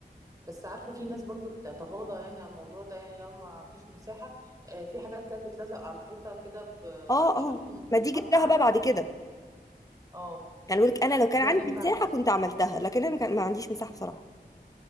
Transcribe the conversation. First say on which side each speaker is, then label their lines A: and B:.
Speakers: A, on the right; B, on the left.
A: بس عارفه في ناس برضو بتتغاضى يعني عن الموضوع ده يعني لو ما فيش مساحه آه في حاجات كانت تتلزق على الحيطه كده بسكشن
B: اه اه
A: وبيتحط
B: ما دي جبتها
A: عليها
B: بقى بعد
A: ال
B: كده
A: اه
B: يعني بقولك انا لو كان
A: دي
B: عندي
A: هتنفعك
B: مساحة كنت عملتها لكن انا ما كان- ما عنديش مساحة بصراحة